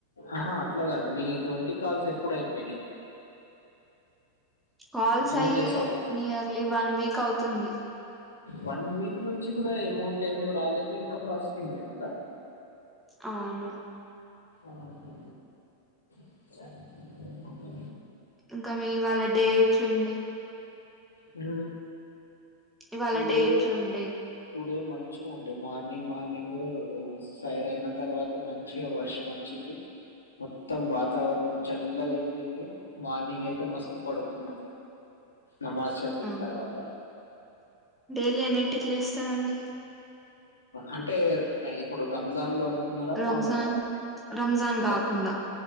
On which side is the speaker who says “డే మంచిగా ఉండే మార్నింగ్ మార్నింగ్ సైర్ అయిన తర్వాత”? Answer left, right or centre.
Left